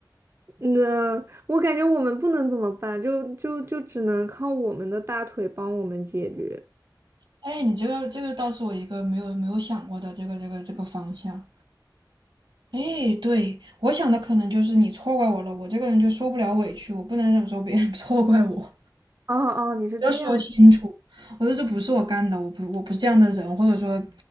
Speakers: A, on the right (about 35°); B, on the right (about 85°).
A: 那我感觉我们不能怎么办，就就就只能靠我们的大腿帮我们解决。
B: 哎，你这个这个倒是我一个没有没有想过的这个这个这个方向。哎，对，我想的可能就是你错怪我了，我这个人就受不了委屈，我不能忍受别人 <laughs> 错怪我，
A: 哦哦，你是这样，
B: 要说清楚，我说这不是我干的，我不我不是这样的人，或者说，